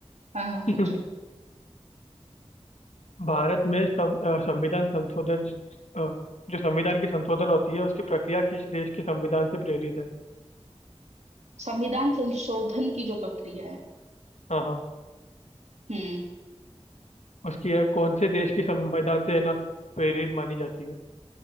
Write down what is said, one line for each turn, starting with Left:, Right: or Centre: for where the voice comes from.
Right: हाँ हाँ
Left: <laughs>
Right: पूछो
Left: भारत में सं, अ, संविधान संशोधन अ, जो संविधान की संशोधन होती है उसकी प्रक्रिया किस देश के संविधान से प्रेरित है
Right: संविधान संशोधन की जो प्रक्रिया है
Left: हाँ हाँ
Right: हम्म
Left: उसकी है कौन से देश की संविधान से है ना प्रेरित मानी जाती है